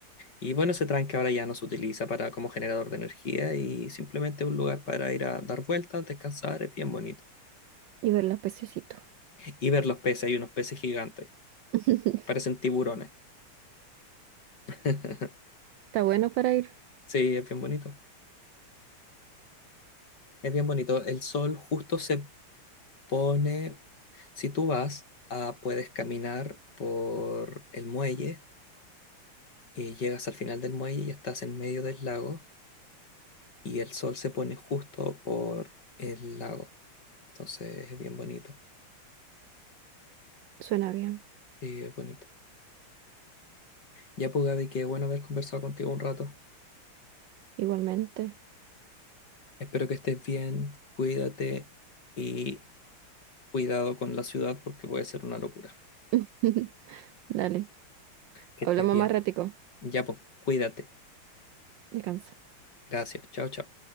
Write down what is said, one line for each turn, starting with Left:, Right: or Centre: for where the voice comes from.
Left: Y bueno, ese tranque ahora ya no se utiliza para como generador de energía y simplemente un lugar para ir a dar vueltas, descansar, es bien bonito.
Right: Y ver los pececitos.
Left: Y ver los peces, hay unos peces gigantes,
Right: <laughs>
Left: parecen tiburones. <laughs>
Right: Está bueno para ir.
Left: Sí, es bien bonito. Es bien bonito. El sol justo se pone, si tú vas, ah, puedes caminar por el muelle y llegas al final del muelle y estás en medio del lago y el sol se pone justo por el lago. Entonces es bien bonito.
Right: Suena bien.
Left: Sí, es bonito. Ya pues Gaby, qué bueno haber conversado contigo un rato.
Right: Igualmente.
Left: Espero que estés bien, cuídate y cuidado con la ciudad porque puede ser una locura.
Right: <laughs> Dale.
Left: Que
Right: Hablamos
Left: estés bien.
Right: más ratico.
Left: Ya pues, cuídate.
Right: Descansa.
Left: Gracias. Chao, chao.